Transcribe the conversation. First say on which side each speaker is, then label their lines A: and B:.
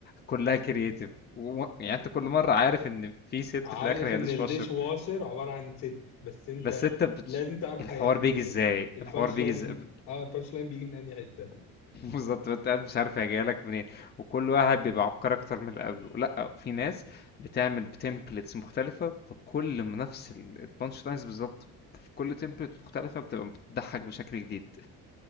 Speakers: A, on the left; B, on the left.
A: كلها كرييتيف و... يعني انت كل مره عارف ان في ست
B: عارف
A: في الاخر هي
B: ان
A: ديش
B: الديش
A: واشر
B: واشر عباره عن ست بس انت
A: بس انت بت...
B: لازم تعرف
A: الحوار
B: هي هتيجي
A: بيجي
B: منين
A: ازاي
B: البانش
A: الحوار بيجي
B: لاين
A: ازاي <laughs>
B: اه البانش لاين بيجي من انهي حته
A: بالظبط انت قاعد مش عارف هي جايه لك منين وكل واحد بيبقى عبقري اكتر من اللي قبله لا وفي ناس بتعمل بتمبلتس مختلفه في كل نفس البانش لاينز بالظبط في كل تمبلت مختلفه بتبقى بتضحك بشكل جديد